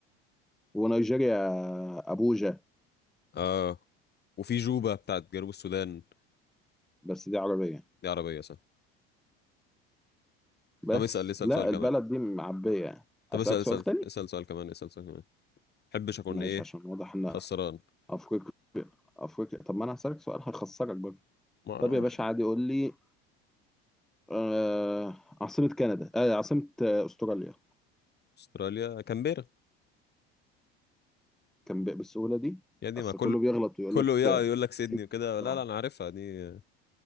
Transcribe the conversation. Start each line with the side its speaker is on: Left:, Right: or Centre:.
Centre: ونيجيريا ابوجا
Left: آه وفي جوبا بتاعت جنوب السودان
Centre: بس دي عربية
Left: دي عربية صح
Centre: بس
Left: طب اسأل اسأل
Centre: لا
Left: سؤال كمان
Centre: البلد دي معبية يعني
Left: طب
Centre: اسألك
Left: اسأل اسأل
Centre: سؤال تاني
Left: اسأل سؤال كمان اسأل سؤال كمان محبش أكون
Centre: ماشي
Left: إيه
Centre: عشان واضح ان
Left: خسران
Centre: افريقيا افريقيا طب ما انا هسألك سؤال هخسرك برضه
Left: مع
Centre: طب يا باشا عادي قول لي آه عاصمة كندا آه عاصمة آه، أستراليا
Left: أستراليا كامبيرا
Centre: كان ب- بالسهولة دي
Left: يا دي
Centre: أصل
Left: ما كله
Centre: كله بيغلط ويقول
Left: كله
Centre: لك
Left: يا
Centre: آه،
Left: يقول لك سيدني
Centre: سيدني
Left: وكده
Centre: بتاع.
Left: لا لا انا عارفها دي ما